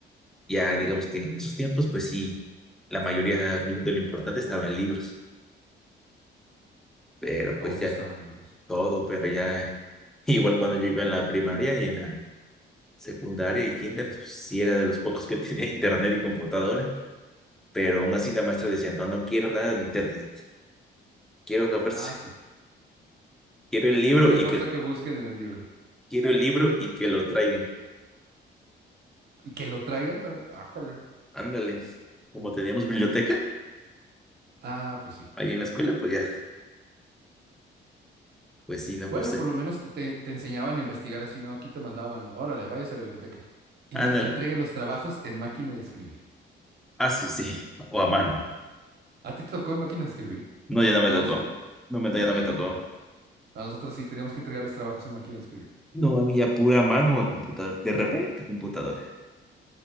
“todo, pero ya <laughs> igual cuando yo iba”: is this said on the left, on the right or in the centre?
Centre